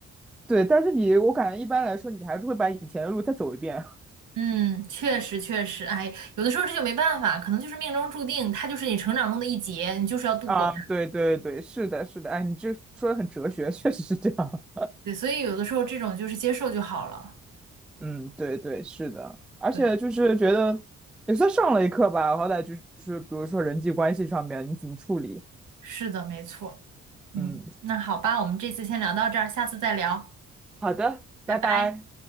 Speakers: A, in the centre; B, on the right (about 60°).
A: 对，但是你我感觉一般来说你还是会把以前的路再走一遍
B: 嗯，确实确实，哎，有的时候这就没办法，可能就是命中注定，它就是你成长中的一劫，你就是要度过它。
A: 啊，对对对，是的是的，哎，你这说的很哲学，<laughs> 确实是这样，
B: 对，所以有的时候这种就是接受就好了。
A: <laughs> 嗯，对对是的，而且就是觉得也算上了一课吧，
B: 对，
A: 好歹就是比如说人际关系上面你怎么处理，
B: 是的，没错。嗯，
A: 嗯，
B: 那好吧，我们这次先聊到这儿，下次再聊，
A: 好的，
B: 拜拜。
A: 拜拜。